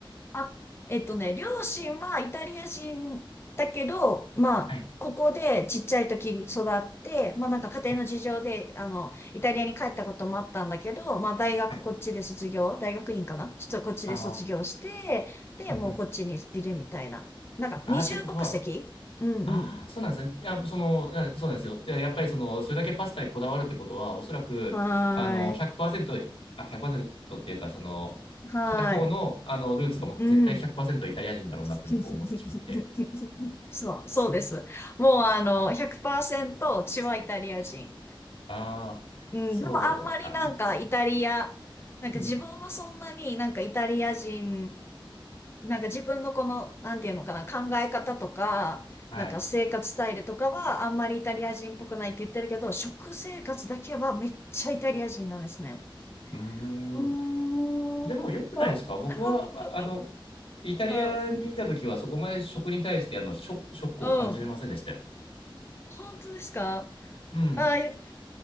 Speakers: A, on the left; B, on the left.
A: あ、えっとね、両親はイタリア人だけど、まあ、
B: はい
A: ここでちっちゃい時に育って、まあなんか家庭の事情で、
B: はい
A: あの、イタリアに帰ったこともあったんだけど、まあ大学こっちで卒業、
B: はい。
A: 大学院かなちょっとこっちで卒業して、
B: ああ
A: で、
B: うんうん。
A: もうこっちにいるみたいな。なんか二重国籍うんうん。
B: ああ、ってことは、ああ、そうなんですね。いや、その、うそうなんですよ。いや、やっぱりその、それだけパスタにこだわるってことは、おそらく、
A: はーい。
B: あの、100%、あ、100%っていうか、その、
A: はーい。
B: 片方の、あの、ルーツがもう絶対100%
A: うん。
B: イタリア人だろうなって僕思ってしまって。
A: <laughs> そう、そうです。
B: <laughs>
A: もうあの、100%血はイタリア人。
B: ああ、
A: うん、
B: そう、
A: でもあんまりなんかイタリア、
B: あ、
A: なんか自分はそんなになんかイタリア人、
B: うん、
A: なんか自分のこの、なんていうのかな、考え方とか、
B: はい。
A: なんか生活スタイルとかはあんまりイタリア人っぽくないって言ってるけど、食生活だけはめっちゃイタリア人なんですね。
B: うーん。
A: うーん、
B: でも良くないですか僕は、
A: 本当。<laughs>
B: あ、あの、イタリアにいた時はそこまで食に対して、
A: うん、
B: あの、ショ、ショックを感じれませんでしたよ。
A: うん。本当ですか
B: うん。
A: ああ、いや、